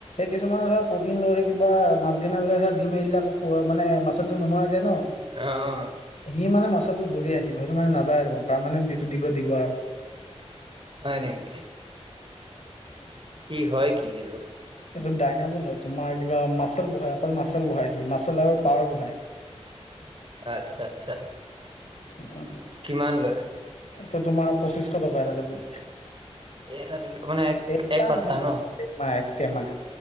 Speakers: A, on the left (about 90°); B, on the right (about 50°).
A: কিছুমানৰ ধৰা প্ৰ'টিন লৈ থাকিবা মাছগেনা লৈ ধৰা জিম এৰি দিলে মানে মাচলটো নোহোৱা যায় ন।
B: আহ, আহ।
A: সি মানে ধৰি আহিব সেইটো মানে নাযায় আৰু প্ৰৰমেণ্ট। দিব দিবা অ'।
B: হয় নেকি কি হয় কি এইটো।
A: এইটো ডাইনাবুল হয় তোমাৰ কিবা মাচল বহাই অকল মাচেল বহাই সি মাচেল আৰু পাৱাৰ বঢ়াই
B: আচ্ছা আচ্ছা।
A: উম,
B: কিমান লয়?
A: এইটো তোমাৰ পঁচিছশ টকা এটা টেবলেট।
B: এটা টেবলেট, মানে এক
A: এটা
B: এক পাত্তা
A: নহয়
B: ন'।
A: মাহ এক টেমাহ